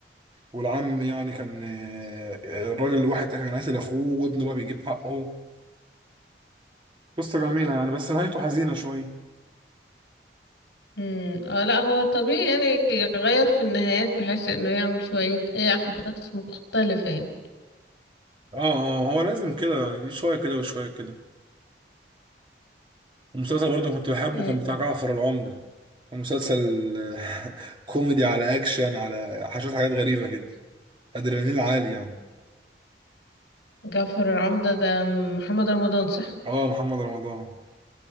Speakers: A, on the right; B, on the left.
A: والعم يعني كان آه، الراجل الواحد كان قاتل اخوه وابنه بقى بيجيب حقه قصة جميلة يعني بس نهايته حزينة شوية
B: مم. اه لا هو طبيعي يعني يغير في النهايات بحيث انه يعمل شوية اي احداث مختلفة يعني
A: اه اه هو لازم كده يعني شوية كده وشوية كده ومسلسل برضه كنت بحبه
B: آه،
A: كان بتاع جعفر العمدة مسلسل <laughs> كوميدي على اكشن على حاجات حاجات غريبة كده ادرينالين عالي يعني
B: جعفر العمدة ده محمد رمضان صح
A: اه محمد رمضان